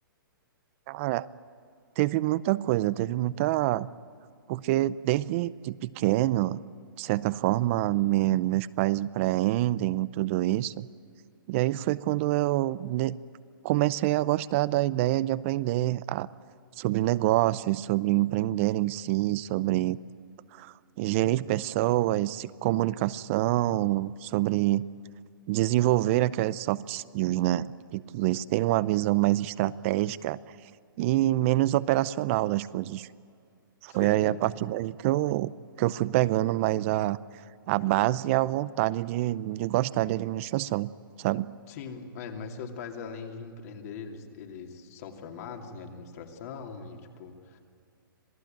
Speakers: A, on the right; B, on the left.
A: Cara, teve muita coisa, teve muita. Porque desde de pequeno, de certa forma, me- meus pais empreendem e tudo isso. E aí foi quando eu de- comecei a gostar da ideia de aprender a- sobre negócios, sobre empreender em si, sobre gerir pessoas, se- comunicação, sobre desenvolver aqueles soft skills, né? E tudo isso, ter uma visão mais estratégica e menos operacional das coisas. Foi
B: Sei.
A: aí a partir daí que eu, que eu fui pegando mais a, a base e a vontade de, de gostar de administração, sabe?
B: Sim, é, mas seus pais, além de empreender, eles, eles são formados em administração e, tipo.